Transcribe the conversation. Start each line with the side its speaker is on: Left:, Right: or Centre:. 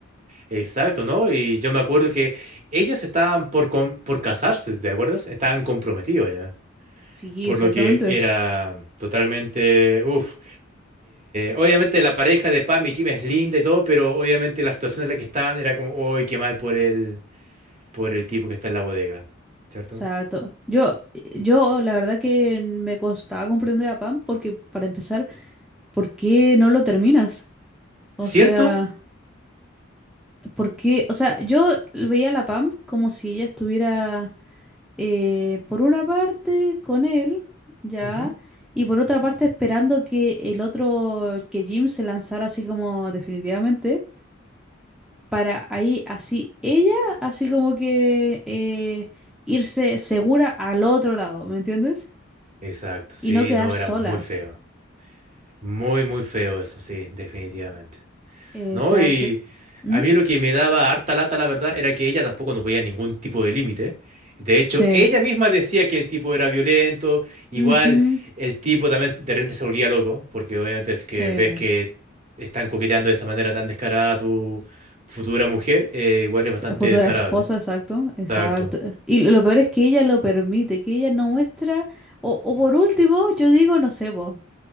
Right: Exacto, ¿no? Y yo me acuerdo que ellos estaban por, com- por casarse, ¿te acuerdas? Estaban comprometidos ya.
Centre: Sí,
Right: Por
Centre: exactamente.
Right: lo que era
Centre: O
Right: totalmente, uff. obviamente la pareja de Pam y Jim es linda y todo, pero obviamente la situación en la que estaban era como, uy, qué mal por el, por el tipo que está en la bodega, ¿cierto?
Centre: sea, to- yo, yo la verdad que me costaba comprender a PAM porque, para empezar, ¿por qué no lo terminas? O
Right: ¿Cierto?
Centre: sea... Porque, o sea, yo veía a la Pam como si ella estuviera eh, por una parte con él, ya,
Right: Ujú.
Centre: y por otra parte esperando que el otro, que Jim se lanzara así como definitivamente, para ahí así ella, así como que eh, irse segura al otro lado, ¿me entiendes?
Right: Exacto, sí,
Centre: Y no quedar
Right: no,
Centre: sola.
Right: era muy feo. Muy, muy feo eso, sí, definitivamente.
Centre: Exacto.
Right: ¿no? Y
Centre: ¿Mm?
Right: a mí lo que me daba harta lata, la verdad, era que ella tampoco no veía ningún tipo de límite. De hecho,
Centre: Sí.
Right: ella misma decía que el tipo era violento, igual
Centre: Ujú.
Right: el tipo también de repente se volvía loco, porque obviamente es que
Centre: Sí.
Right: ves que están coqueteando de esa manera tan descarada a tu futura mujer, eh, igual es bastante
Centre: Futura
Right: desagradable.
Centre: esposa, exacto, exacto.
Right: Exacto.
Centre: Y lo peor es que ella lo permite, que ella no muestra, o, o por último, yo digo, no sé, po,